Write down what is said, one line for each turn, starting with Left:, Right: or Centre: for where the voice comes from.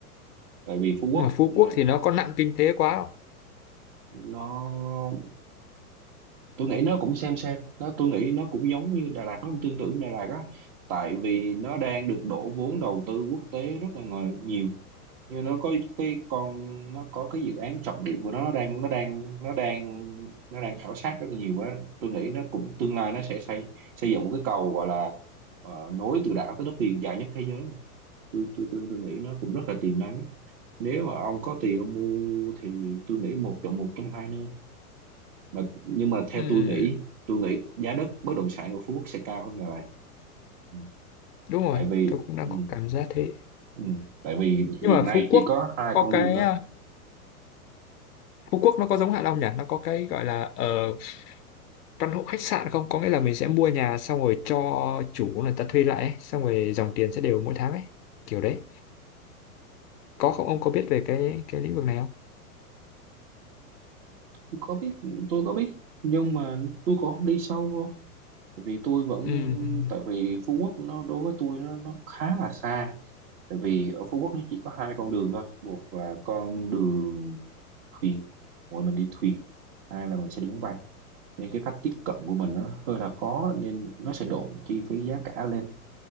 Right: Tại vì Phú Quốc
Left: nhưng mà Phú
Right: nó,
Left: Quốc thì nó có nặng kinh tế quá không?
Right: nó tôi nghĩ nó cũng xem xem nó tôi nghĩ nó cũng giống như Đà Lạt nó cũng tương tự như Đà Lạt á tại vì nó đang được đổ vốn đầu tư quốc tế rất là ngờ- nhiều như nó có cái con nó có cái dự án trọng điểm của nó nó đang nó đang nó đang nó đang khảo sát rất là nhiều quá tôi nghĩ nó cũng tương lai nó sẽ xây xây dựng một cái cầu gọi là ờ, nối từ đảo tới đất liền dài nhất thế giới mà. tôi tôi tôi tôi nghĩ nó cũng rất là tiềm năng á. nếu mà ông có tiền ông mua thì tôi nghĩ một chọn một trong hai nơi mà nhưng mà theo
Left: Ừm,
Right: tôi nghĩ tôi nghĩ giá đất bất động sản ở Phú Quốc sẽ cao hơn Đà Lạt ừ.
Left: đúng rồi,
Right: tại vì
Left: tôi cũng đang
Right: ừ,
Left: có cảm giác thế.
Right: ừ. tại vì
Left: Nhưng
Right: hiện
Left: mà
Right: nay
Left: Phú
Right: chỉ
Left: Quốc
Right: có hai
Left: có
Right: con
Left: cái
Right: đường thôi
Left: à, Phú Quốc nó có giống Hạ Long nhỉ? Nó có cái gọi là ờ, căn hộ khách sạn không? Có nghĩa là mình sẽ mua nhà xong rồi cho chủ người ta thuê lại ấy, xong rồi dòng tiền sẽ đều mỗi tháng ấy, kiểu đấy. Có không? Ông có biết về cái cái lĩnh vực này không?
Right: tôi có biết tôi có biết nhưng mà tôi cũng không đi sâu vô tại vì tôi vẫn
Left: Ừm.
Right: tại vì Phú Quốc nó đối với tôi nó nó khá là xa tại vì ở Phú Quốc nó chỉ có hai con đường thôi một là con đường thuyền gọi là mình đi thuyền hai là mình sẽ đi máy bay nên cái cách tiếp cận của mình nó hơi là khó nên nó sẽ độn chi phí giá cả lên